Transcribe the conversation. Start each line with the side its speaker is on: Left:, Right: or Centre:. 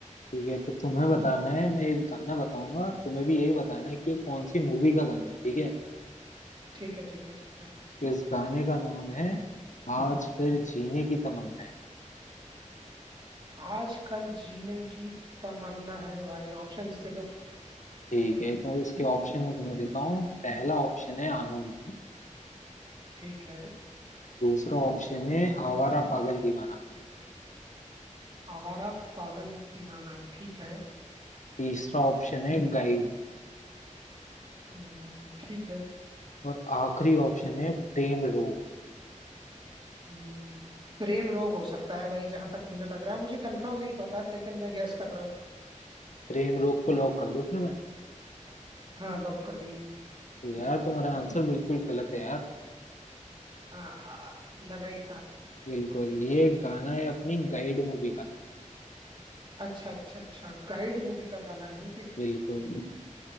Left: ठीक है तो तुम्हें बताना है मैं एक गाना बताऊंगा तुम्हें भी यही बताना है कि ये कौन सी मूवी का गाना है ठीक है
Right: ठीक है ठीक है ठीक है
Left: इस गाने का नाम है आज फिर जीने की तमन्ना है
Right: आजकल जीने की तमन्ना है भाई ऑप्शंस दे दो
Left: ठीक है तो इसके ऑप्शन में तुम्हें देता हूँ पहला ऑप्शन है आनंद
Right: ठीक है
Left: दूसरा ऑप्शन है आवारा पागल दीवाना
Right: आवारा पागल दीवाना ठीक है
Left: तीसरा ऑप्शन है गाइड
Right: हम्म, ठीक है
Left: और आखिरी ऑप्शन है प्रेम रोग
Right: हम्म, प्रेम रोग हो सकता है भाई जहां तक मुझे लग रहा है मुझे कंफर्म नहीं पता लेकिन मैं गैस कर रहा हूँ
Left: प्रेम रोग को लॉक कर दो फिर मैं
Right: हाँ लॉक कर दीजिए
Left: तो यार तुम्हारा आंसर बिल्कुल गलत है यार
Right: आहा लगा ही था
Left: बिल्कुल ये गाना है अपनी गाइड मूवी का
Right: अच्छा अच्छा अच्छा गाइड मूवी का गाना है ये
Left: बिल्कुल